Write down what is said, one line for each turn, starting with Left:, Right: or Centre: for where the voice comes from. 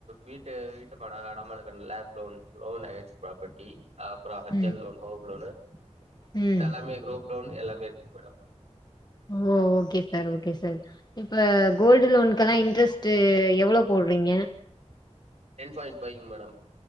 Right: வீட்டு வீட்டு மன அடமானக் லப் டோன் லோன் ப்ராப்பர்டி ஹ அப்புற ஹஜ்ஜல்
Left: ம்
Right: லோன் ஹோம் லோனு
Left: ம்
Right: ங்ல்லாமே குரூப் லோன் எல்லாம் மேற்கு மேடம்
Left: ஓ ஓ ஓகே சார் ஓகே சார் இப்ப கோல்டு லோனுகெல்லா இன்ரெஸ்டு எவ்ளோ போடுறீங்க
Right: டேன் ஃபயில் பைக் மேடம்